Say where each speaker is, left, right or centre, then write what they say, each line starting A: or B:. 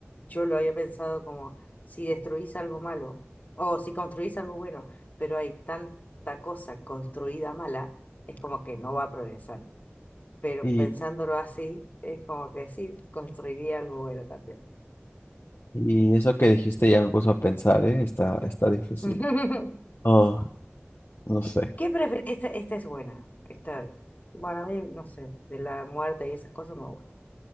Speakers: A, on the left; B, on the left.
A: yo lo había pensado como si destruís algo malo o si construís algo bueno, pero hay tanta cosa construida mala, es como que no va a progresar. Pero
B: Y,
A: pensándolo así, es como que sí, construiría algo bueno también.
B: y eso que dijiste ya me puso a pensar, ¿eh? Está, está difícil.
A: <laughs>
B: Oh, no sé.
A: ¿Qué prefieres? Esta, esta es buena. Esta, bueno, a mí, no sé, de la muerte y esas cosas me gusta.